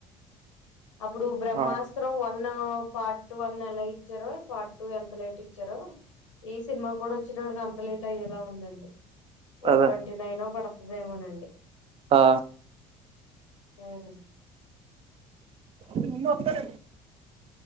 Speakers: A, on the left; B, on the right.
A: అప్పుడు బ్రహ్మాస్త్రం
B: ఆ
A: వ న్న పా టు వన్ ఎలా ఇచ్చారో పాట్ టూ ఎంత లేట్ ఇచ్చారు ఈ సినిమా కూడా వచ్చేటడుకి అంత లేట్ అయ్యేలా ఉందడి ఏ
B: అదే
A: ట్వంటీ నైన్ పడుతుదేమోనండి
B: ఆ
A: ఉమ్
B: నిన్న వప్తార